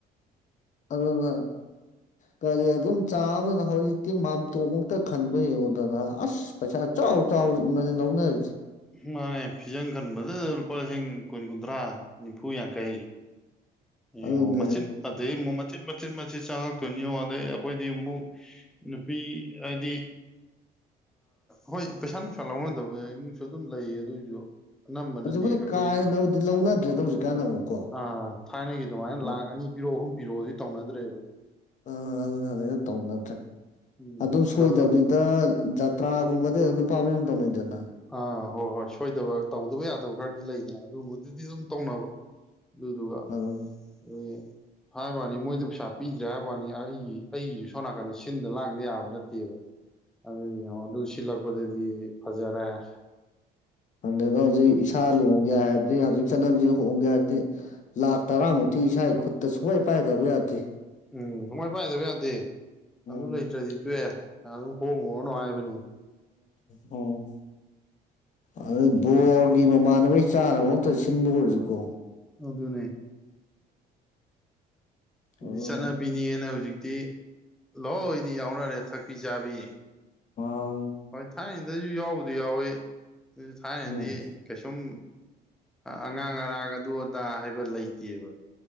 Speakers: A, on the left; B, in the centre.
A: ꯑꯗꯨꯅ ꯀꯔꯤ ꯑꯗꯨꯝ ꯆꯥꯅ ꯍꯧꯖꯤꯛꯇꯤ ꯃꯥꯝꯇꯣꯞ ꯃꯨꯛꯇ ꯈꯟꯕ ꯌꯦꯡꯉꯨꯗꯅ ꯑꯁ ꯄꯩꯁꯥ ꯆꯥꯎ- ꯆꯥꯎꯅ ꯂꯧꯅꯔꯤꯁꯦ꯫
B: ꯃꯥꯅꯦ ꯐꯤꯖꯪ ꯈꯟꯕꯗ ꯂꯨꯄꯥ ꯂꯤꯁꯤꯡ ꯀꯨꯟ- ꯀꯨꯟꯊ꯭ꯔꯥ ꯅꯤꯐꯨ ꯌꯥꯡꯈꯩ ꯌꯦ
A: ꯑꯗꯨꯅꯦ
B: ꯉꯣ ꯃꯆꯤꯟ ꯑꯗꯩꯩ ꯑ ꯃꯨꯛ ꯃꯆꯤꯠ ꯃꯆꯤꯠ ꯆꯥꯔꯛꯇꯨꯏꯅꯤ ꯌꯦꯡꯉꯨ ꯑꯗꯩꯩ ꯀꯣꯏꯗꯤ ꯃꯨꯛ ꯅꯨꯄꯤ ꯍꯥꯏꯗꯤ ꯍꯣꯏ ꯄꯩꯁꯥ ꯅꯨꯡꯁꯥ ꯂꯧꯅꯗꯕ ꯏꯃꯨꯡꯁꯨ ꯑꯗꯨꯝ ꯂꯩꯌꯦ ꯑꯗꯨꯏꯁꯨ ꯑꯅꯝꯕꯅꯗꯤ
A: ꯍꯧꯖꯤꯛꯄꯨꯗꯤ
B: ꯑꯩꯈꯣꯏ
A: ꯀꯥ ꯍꯦꯟꯅꯕꯨꯗꯤ ꯂꯧꯅꯗ꯭ꯔꯦꯗ ꯍꯧꯖꯤꯛꯀꯥꯟꯗ ꯑꯃꯨꯛꯀꯣ
B: ꯑꯥ ꯊꯥꯏꯅꯒꯤ ꯑꯗꯨꯃꯥꯏꯅ
A: ꯎꯝ
B: ꯂꯥꯛ ꯑꯅꯤ ꯄꯤꯔꯣ ꯑꯍꯨꯝ ꯄꯤꯔꯛꯑꯣꯗꯤ ꯇꯧꯅꯗ꯭ꯔꯦꯕ
A: ꯑ ꯑꯗꯨꯅ ꯐꯅ ꯇꯧꯅꯗ꯭ꯔꯦ
B: ꯎꯝ
A: ꯑꯗꯨꯝ ꯁꯣꯏꯗꯕꯤꯗ
B: ꯑꯗꯣ
A: ꯖꯇ꯭ꯔꯥꯒꯨꯝꯕꯗꯤ ꯑꯗꯨꯝ ꯅꯨꯄꯥ ꯃꯌꯨꯝꯅ ꯇꯧꯅꯩꯗꯅ
B: ꯑꯥ ꯍꯣꯏ ꯍꯣꯏ ꯁꯣꯏꯗꯕ ꯇꯧꯗꯕ ꯌꯥꯗꯕ ꯈꯔꯗꯤ ꯂꯩꯗꯅ ꯑꯗꯨꯒꯨꯝꯕꯗꯨꯗꯤ ꯑꯗꯨꯝ ꯇꯧꯅꯕ ꯑꯗꯨꯗꯨꯒ
A: ꯑꯗꯨꯝ
B: <unintelligible> ꯍꯥꯏꯕꯥꯅꯤ ꯃꯣꯏꯗ ꯄꯩꯁꯥ ꯄꯤꯗ꯭ꯔꯦ ꯍꯥꯏꯕꯥꯅꯤ ꯑꯩꯒꯤ ꯑꯩꯒꯤꯁꯨ ꯁꯣꯝ ꯅꯥꯀꯟꯗ ꯁꯤꯟꯗ ꯂꯥꯡꯗ ꯌꯥꯕ ꯅꯠꯇꯦꯕ ꯑꯗꯨꯗ ꯑꯗꯨ ꯁꯤꯂꯛ ꯄꯗꯗꯤ ꯐꯖꯔꯦ <inaudible>
A: ꯍꯟꯗꯗꯣ ꯍꯧꯖꯤꯛ ꯏꯁꯥ ꯂꯨꯍꯣꯡꯒꯦ ꯍꯥꯏꯔ ꯑꯗꯩ ꯍꯧꯖꯤꯛ ꯆꯠꯅꯕꯤꯁꯤ ꯍꯣꯡꯒꯦ ꯍꯥꯏꯔꯗꯤ ꯂꯥꯛ ꯇꯔꯥꯃꯨꯛꯇꯤ ꯏꯁꯥ ꯈꯨꯠꯇ ꯁꯨꯛꯄꯥꯏ ꯄꯥꯏꯗꯕ ꯌꯥꯗꯦ
B: ꯎꯝ ꯁꯨꯡꯃꯥꯏ ꯄꯥꯏꯗꯕ ꯌꯥꯗꯦ
A: ꯎꯝ
B: ꯑꯗꯨ ꯂꯩꯇ꯭ꯔꯗꯤ ꯇꯣꯛꯑꯦ ꯑꯗꯨꯝ ꯍꯣꯡꯉꯨꯔꯅꯨ ꯍꯥꯏꯕꯅꯤ
A: ꯑꯣ ꯑꯗꯨ ꯕꯣꯔꯒꯤ ꯃꯃꯥꯟꯅꯕꯩ ꯆꯥꯅꯕ ꯑꯝꯇ ꯁꯤꯟꯕ ꯑꯣꯏꯔꯁꯨꯀꯣ
B: ꯑꯗꯨꯅꯦ ꯑꯗꯨꯗꯤ
A: ꯑꯗꯨꯅ
B: ꯆꯠꯅꯕꯤꯅꯦꯅ ꯍꯧꯖꯤꯛ ꯇꯤ ꯂꯣꯏꯅ ꯌꯥꯎꯅꯔꯦ ꯊꯛꯄꯤ ꯆꯥꯕꯤ
A: <unintelligible>
B: ꯍꯣꯏ ꯊꯥꯏꯅꯩꯗꯩꯩꯁꯨ ꯌꯥꯎꯕꯨꯗꯤ ꯌꯥꯎꯋꯦ ꯑꯗꯨ ꯊꯥꯏꯅꯗꯤ
A: ꯎꯝ
B: ꯀꯩꯁꯨꯝ ꯑꯉꯥꯡ ꯑꯔꯥꯡ ꯑꯗꯨ ꯑꯗꯥ ꯍꯥꯏꯕ ꯂꯩꯇꯦꯕ